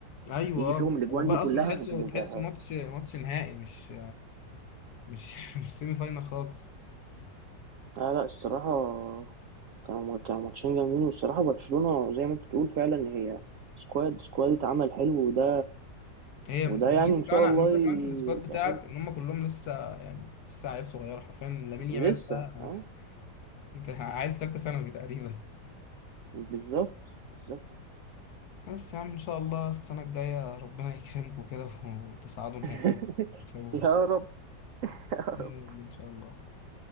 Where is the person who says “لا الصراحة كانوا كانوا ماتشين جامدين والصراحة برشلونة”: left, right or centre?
Right